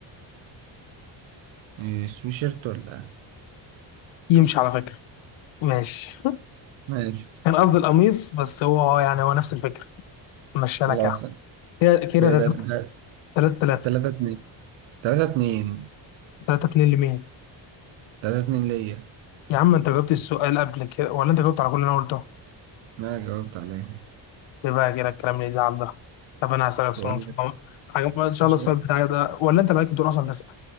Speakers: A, on the right (about 75°); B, on the left (about 75°).
A: إيه سويشيرت ولا إيه؟
B: يمشي على فكره ماشي
A: ماشي
B: كان قصدي القميص بس هو يعني هو نفس الفكره مشي لك
A: خلاص
B: يعني كده كده
A: كده تلا-
B: 3 3
A: تلاتة اتنين تلاتة اتنين
B: 3 2 لمين
A: تلاتة اتنين ليا
B: يا عم انت جاوبت السؤال قبل كده ولا انت جاوبت على كل اللي انا قلته
A: أنا جاوبت عليها
B: ليه بقى كده الكلام اللي يزعل ده طب انا هسألك سؤال
A: بقول
B: ان شاء
A: لك
B: الله حاجة- ان شاء
A: مش
B: الله السؤال بتاعي ده ولا انت مالك دور اصلا تسأل